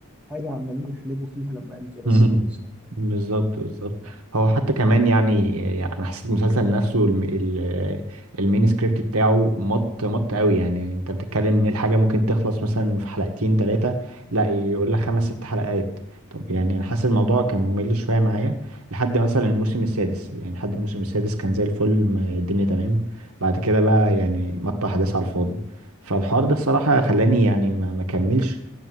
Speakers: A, in the centre; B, on the right.
A: حاجه عمالين يحلبوا فيها لما قال كده بس
B: مم.
A: خلاص يعني
B: بالظبط بالظبط
A: اه
B: هو حتى كمان يعني يعني انا حسيت المسلسل نفسه الم- ال- المين سكريبت بتاعه مط مط قوي يعني انت بتتكلم إيه الحاجه ممكن تخلص مثلا في حلقتين ثلاثه لا يقول لك خمس ست حلقات طب يعني انا حاسس الموضوع كان ممل شويه معايا لحد مثلا الموسم السادس يعني لحد الموسم السادس كان زي الفل ما- الدنيا تمام بعد كده بقى يعني مط احداث على الفاضي فالحوار ده الصراحه خلاني يعني ما ما كملش